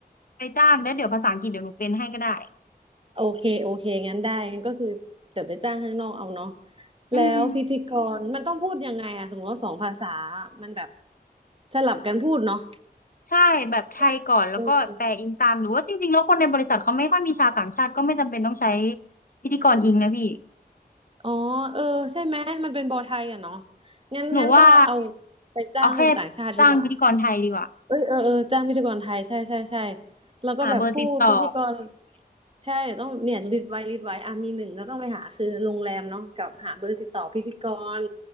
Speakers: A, on the left; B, on the right.
A: ไปจ้างแล้วเดี๋ยวภาษาอังกฤษเดี๋ยวหนูเป็นให้ก็ได้
B: โอเคโอเคงั้นได้งั้นก็คือเดี๋ยวไปจ้างข้างนอกเอาเนาะแล้วพิธีกรมันต้องพูดยังไงอะสมมติว่าสองภาษา
A: อืม
B: มันแบบสลับกันพูดเนาะ
A: ใช่แบบไทยก่อนแล้วก็แปลอิงตามหรือว่าจริงๆแล้วคนในบริษัทเขาไม่ค่อยมีชาวต่างชาติก็ไม่จำเป็นต้องใช้
B: ใช่ไหมเออเออ
A: พิธีกรอิงนะพี่
B: อ๋อเออใช่ไหมมันเป็นบอไทยอะเนาะงั้นงั้นก็เอา
A: หนูว่า
B: ไปจ้างคนต่างชาติดีกว่า
A: เอาแค่จ้างพิธีกรไทยดีกว่า
B: เอ้ยเออเออจ้างพิธีกรไทยใช่ใช่ใช่แล้วก็แบบผู้พิธีกร
A: หาเบอร์ติดต่อ
B: ใช่เดี๋ยวต้องเนี่ยลิสต์ไว้ลิสต์ไว้อ่ะมีหนึ่งก็ต้องไปหาคือโรงแรมเนาะกับหาเบอร์ติดต่อพิธีกร